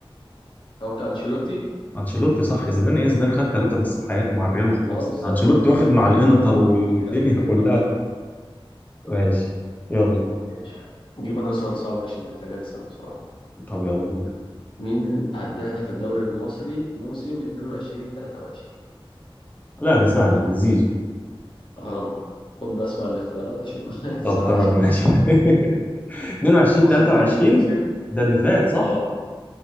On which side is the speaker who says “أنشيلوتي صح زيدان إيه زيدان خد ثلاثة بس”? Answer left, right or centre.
Left